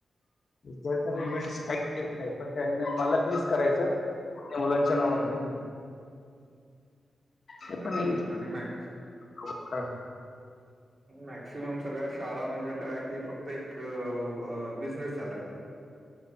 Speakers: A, on the left; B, on the right.
A: विद्यार्थ्यांना
B: हम्म
A: इव्हेंट्स कांहीं येतं नाहीं पणं त्यांनां पालकांनीच करायचं मुलांच्या
B: हम्म
A: नावां खाली ते
B: खरी
A: पणं
B: गोष्ट आणि मॅक्
A: हो कायं
B: मॅक्सिमम सगळ्यां शाळां म्हणजे कायं कि फक्तं एक बिझनेस झालायं तो